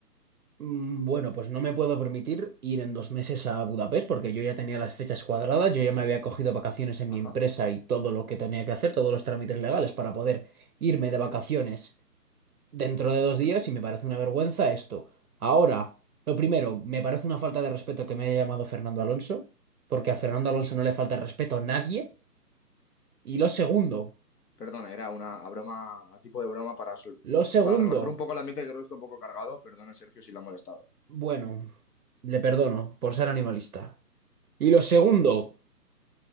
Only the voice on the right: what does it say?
Mm, Bueno, pues no me puedo permitir ir en dos meses a Budapest porque yo ya tenía las fechas cuadradas, yo ya me había cogido vacaciones en mi
empresa y todo lo que tenía que hacer, todos los trámites legales para poder irme
de vacaciones dentro de dos días
y me parece una vergüenza esto. Ahora, lo primero, me parece una falta de respeto que me haya llamado Fernando Alonso, porque a Fernando Alonso no le falta el respeto a nadie. Y lo segundo,
lo segundo,
bueno, le perdono por ser animalista. Y lo segundo...